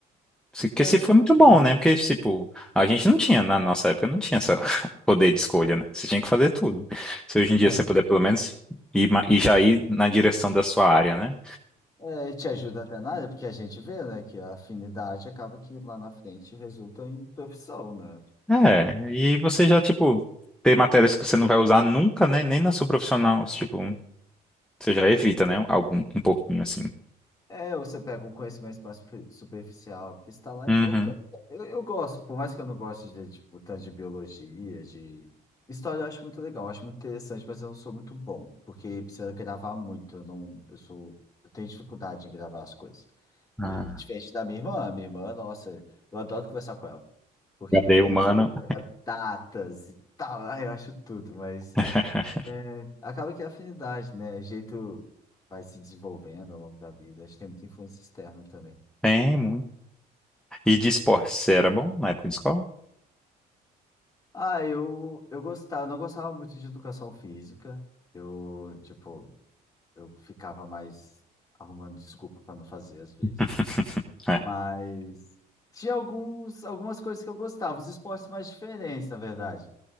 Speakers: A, in the centre; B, on the left (about 20°).
A: Se- Porque
B: É,
A: se foi
B: eu
A: muito
B: lembro.
A: bom, né? Porque, tipo, a gente não tinha, na nossa época, não tinha esse <laughs> poder de escolha, né? Você tinha que fazer tudo. Se hoje em dia
B: É,
A: você
B: sensacional.
A: puder, pelo menos, ir, ma- e já ir na direção da sua área, né?
B: É, e te ajuda até na área, porque a gente vê, né, que a afinidade acaba que lá na frente resulta em profissão, né? Tipo,
A: É, e você já, tipo, ter matérias que você não vai usar nunca, né? Nem na sua profissional, tipo, você já evita, né? Algum, um pouquinho, assim.
B: É, ou você pega um conhecimento mais super- superficial, porque está lá
A: Uhum.
B: é importante. Eu, eu gosto, por mais que eu não goste de, tipo, tanto de biologia, de... História eu acho muito legal, eu acho muito interessante, mas eu não sou muito bom, porque precisa gravar muito, eu não... Eu sou... Eu tenho dificuldade em gravar as coisas.
A: Ah,
B: E diferente da minha irmã, minha irmã, nossa, eu adoro conversar com ela, porque
A: cadê humano?
B: pega datas e tal, <laughs> ai, eu acho tudo, mas...
A: <laughs>
B: É, acaba que é afinidade, né? É jeito vai se desenvolvendo ao longo da vida. Acho que tem muita influência externa também.
A: Tem muito. E de esporte, você era bom na época de escola?
B: Ah, eu, eu gostava, não gostava muito de educação física. Eu, tipo, eu ficava mais arrumando desculpa para não fazer às vezes.
A: <laughs> É.
B: Mas tinha alguns, algumas coisas que eu gostava, os esportes mais diferentes, na verdade.